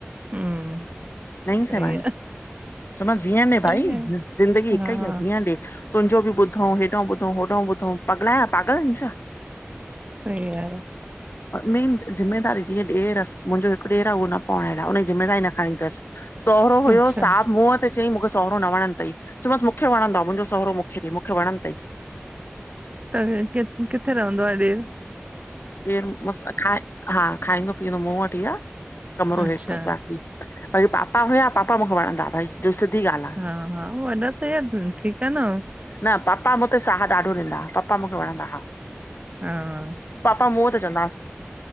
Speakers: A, on the right; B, on the left.
A: हम्म
B: न ईंदी
A: सही
B: साए मा
A: आहे
B: हेठ चयो मास जीअण ॾे
A: सही
B: भाई ज़िंदगी
A: आहे
B: हिकु
A: हा
B: ई आहे जीअंण ॾे तुंहिंजो बि ॿुधो हेदो बुध तूं होॾो बुधयू पगला- पागल आहियूं छा?
A: अरे यार
B: मेन ज़िमेदारी जीअं ॾेर मुंहिंजो हिकु ॾेर आ ऊहो न पणणायल हुनजी ज़िमेदारी न खणनी तस। सोहरो हुयो
A: अच्छा
B: साफ मूंह ते चयई मूंखे सोहरो न वणन तई। चयोमास मूंखे वणंदो आ, मुंहिंजो सोहरोे मूंखे दे मूंखे वणदो तई।
A: त किथे रहंदो आहे डेर।
B: डेर मूसां खाए <unintelligible> हा खाईंदो पीअंदो मूं वठहि आ। कमरो
A: अच्छा
B: हेठ तस बाकी, <unintelligible> पापा हुया पापा मूंखे वणंदा भई। जो सिधी गाल्ह आ
A: हा हा वॾा त यार ठीकु आहे न
B: न पापा मुते साह ॾाढो ॾींदा हा, पपा मूंखे वणंदा हा।
A: हां
B: पापा मूंहं त चवंदास्।